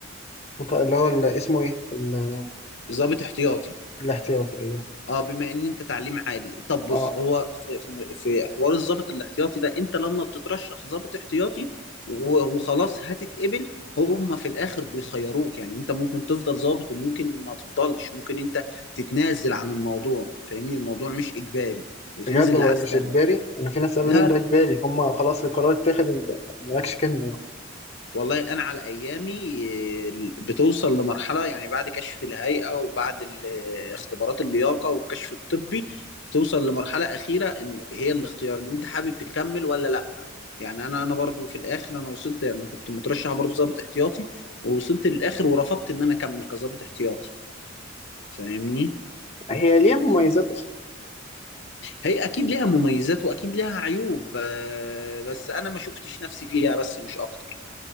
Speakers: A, on the left (about 35°); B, on the left (about 65°).
A: مط- اللي هو اللي اسمه ايه ال-
B: ظابط احتياطي
A: الاحتياطي ايوه
B: اه بما ان انت تعليم عالي طب بص
A: اه
B: هو في في م- في حوار الضابط الاحتياطي ده انت لما بتترشح ضابط احتياطي و- وخلاص هتتقبل هم في الاخر بيخيروك يعني انت ممكن تفضل ضابط وممكن ما تفضلش ممكن انت تتنازل عن الموضوع فاهمني الموضوع مش اجباري وتنزل
A: بجد هو
B: لعسكري
A: مش اجباري انا في ناس قالوا
B: لا
A: لي ان ده اجباري هما خلاص القرار اتاخد انت مالكش كلمة يعني.
B: والله انا على ايامي آه، بتوصل لمرحله يعني بعد كشف الهيئه وبعد ال- آه، اختبارات اللياقه والكشف الطبي بتوصل لمرحله اخيره ان هي الاختيار ان انت حابب تكمل ولا لا يعني انا انا برضو في الاخر انا وصلت يعني انا كنت مترشح برضو ضابط احتياطي ووصلت للاخر ورفضت ان انا اكمل كضابط احتياطي فاهمني
A: هي ليها مميزات اصلا
B: هي اكيد ليها مميزات واكيد ليها عيوب آه، بس انا ما شفتش نفسي فيها بس مش اكتر